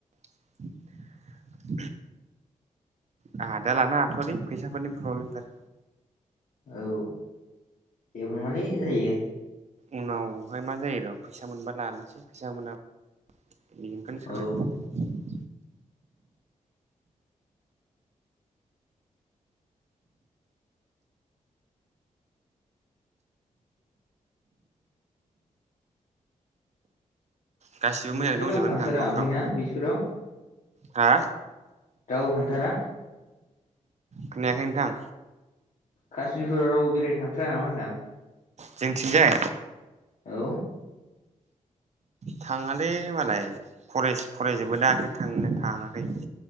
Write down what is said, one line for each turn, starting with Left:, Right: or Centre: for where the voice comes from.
Right: <inaudible> आंहा दा लानो हाथ'आलै फैसाफोरनि फ्रब्लेमथार।
Left: औ एबो नङालै जायो।
Right: उनावहाय मा जायो र' फैसा मोनबा लानोसै फैसा मोना <unintelligible>
Left: औ
Right: गासिबो
Left: नोंसिथिं
Right: मोजाङै दंजोबो
Left: रावबो थांथारा
Right: नोंथां न'फ्राव
Left: ओमफाय ना बिसफोराव?
Right: हा?
Left: रावबो थांथारा?
Right: खोनायाखै नोंथां?
Left: खासमिरफोराव रावबो बेरायनो थांथारा नामा होनदां?
Right: जोंथिंजाय?
Left: औ।
Right: थाङालै मालाय फरायस-फरायजोबोना ओंखायनो थांनो थाङाखै।